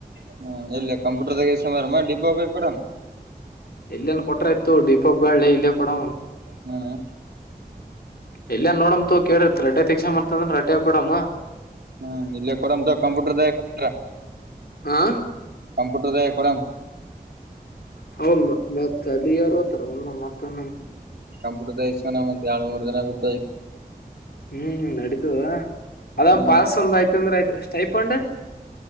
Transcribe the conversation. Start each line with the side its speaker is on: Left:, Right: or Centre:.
Right: ಹ್ಮ ಎಲ್ಲ ಕಂಪ್ಯೂಟರಾದ ಈಸ್ಕೊಂಡು ಬಾರಮ್ಮ ಡಿಪೋಗೆ ಹೋಗಿ ಬಾರಾಮ್
Left: ಎಲ್ಲೇನ್ ಕೊಟ್ರೆ ಆಯ್ತು ಡಿಪೋಗೆ ಬ್ಯಾಡ್ಲೇ ಇಲ್ಲೇ ಕೊಡಮ್
Right: ಹ್ಮ್
Left: ಎಲ್ಲಾ ನೋಡಮಂತ ಕೇಳಿತ್ ರಡ್ಡ ತಕ್ಷ ಮಾಡಂತಂದ್ರ ರೆಡ್ಡ್ಯ ಕೊಡಮ್ಮ
Right: ಹ್ಮ್ ಇಲ್ಲ ಕೊಡಮ್ ಕಂಪ್ಯೂಟರ್ದಾಗ ಕೊಟ್ರ
Left: ಹಾ
Right: ಕಂಪ್ಯೂಟರ್ದ ಕೊಡಮ್
Left: ಹೌದ್ ಮತ್ ಅಲ್ಲಿ ಯಾರ ಹೋತರ ಮತೊಮ್ಮೆ
Right: ಕಂಪುಟರ್ದಾಗ ಈಸ್ಕೊಂಡು ಒಂದು ಎರಡ್ ಮೂರ್ ದಿನ ಬಿಟ್ಟು
Left: ಹ್ಮ್ ನಡೀತದ ಅದ
Right: ಹ್ಮ್
Left: ಪಾಸ್ ಒಂದ ಆಯ್ತ ಅಂದ್ರೆ ಆಯ್ತ ಸ್ಟಿಪೆಂಡ್